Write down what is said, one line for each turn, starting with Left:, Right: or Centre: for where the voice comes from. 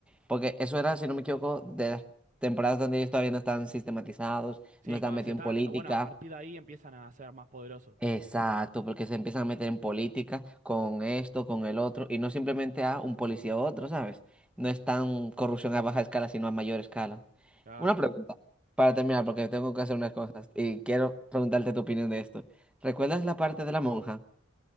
Centre: Porque eso era, si no me equivoco, de las temporadas donde ellos todavía no estaban sistematizados,
Right: Sí,
Centre: no estaban
Right: cuando
Centre: metidos
Right: se están,
Centre: en política.
Right: bueno, a partir de ahí empiezan a ser más poderosos.
Centre: Exacto, porque se empiezan a meter en política con esto, con el otro, y no simplemente a un policía u otro, ¿sabes? No es tan corrupción a baja escala, sino a mayor escala.
Right: Claro.
Centre: Una pregunta, para terminar, porque tengo que hacer unas cosas y quiero preguntarte tu opinión de esto. ¿Recuerdas la parte de la monja?